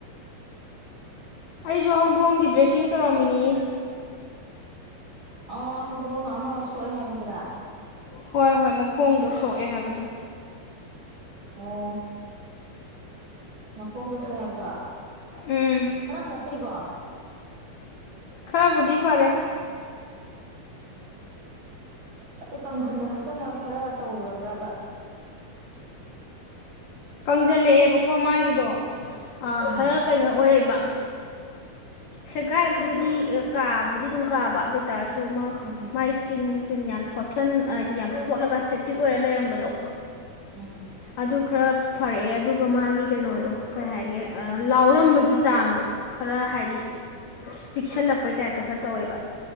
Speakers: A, on the left; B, on the right.
A: ꯑꯩꯁꯨ ꯍꯧꯗꯣꯡꯒꯤ ꯗ꯭ꯔꯦꯁꯤꯡ ꯇꯧꯔꯝꯃꯤꯅꯤ
B: ꯑ ꯍꯧꯗꯣꯡ ꯑꯃ ꯁꯣꯏ ꯍꯥꯏꯕꯗ꯭ꯔꯥ
A: ꯍꯣꯏ ꯍꯣꯏ ꯃꯈꯣꯡꯗꯣ ꯁꯣꯛꯑꯦ ꯍꯥꯏꯕꯗꯣ
B: ꯑꯣ ꯃꯈꯣꯡꯗ ꯁ ꯍꯥꯏꯕꯗꯣ
A: ꯎꯝ
B: ꯈꯔ ꯐꯠꯇ꯭ꯔꯤꯕꯣ
A: ꯈꯔꯕꯨꯗꯤ ꯐꯔꯦ
B: ꯑꯇꯩ ꯀꯪꯁꯤꯟꯕ ꯈꯣꯠꯆꯟꯕ ꯈꯔ ꯇꯧꯔꯕ꯭ꯔꯕ
A: ꯀꯪꯁꯤꯜꯂꯛꯑꯦꯕꯀꯣ ꯃꯥꯒꯤꯗꯣ ꯑ
B: ꯎꯝ
A: ꯈꯔ ꯀꯩꯅꯣ ꯑꯣꯏꯌꯦꯕ ꯁꯦꯒꯥꯏꯕꯗꯨꯗꯤ ꯀꯥꯕꯨꯗꯤ ꯑꯗꯨꯝ ꯀꯥꯕ ꯑꯗꯨ ꯇꯥꯔꯁꯨ
B: ꯎꯝ
A: ꯃꯥꯏ ꯏꯁꯀꯤꯟ ꯁ꯭ꯀꯨꯟ ꯌꯥꯝ ꯊꯣꯠꯆꯤꯟ ꯍꯥꯏꯗꯤ ꯌꯥꯝ ꯊꯣꯠꯂꯒ ꯁꯦꯞꯇꯤ ꯑꯣꯏꯔ ꯂꯩꯔꯝꯕꯗꯣ
B: ꯎꯝ
A: ꯑꯗꯨ ꯈꯔ ꯐꯔꯛꯑꯦ ꯑꯗꯨꯒ ꯑꯗꯨꯒ ꯃꯥꯒꯤ ꯀꯩꯅꯣꯗꯣ ꯀꯩ ꯍꯥꯏꯒꯦ ꯂꯥꯎꯔꯝꯕꯒꯤ ꯆꯥꯡꯗꯣ ꯈꯔ ꯍꯥꯏꯗꯤ ꯄꯤꯛꯁꯜꯂꯛꯄꯩ ꯇꯥꯏꯞꯇ ꯈꯔ ꯇꯧꯋꯦꯕ